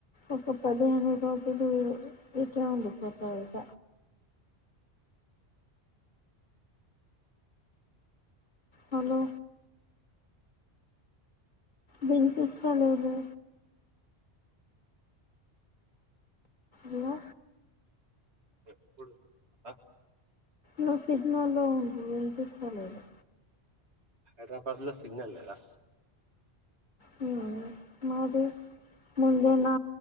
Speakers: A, on the left; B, on the right.
A: ఇక పదిహేను రోజులు ఇటే ఉండిపోత ఇక హలో విన్పిస్తలేదు హలో
B: ఎప్పుడు ఆ
A: నువ్వు సిగ్నల్లో ఉండు వినిపిస్తలేదు
B: హైదరాబాద్ లో సిగ్నల్ లేదా
A: హుమ్ మాది ముందే నా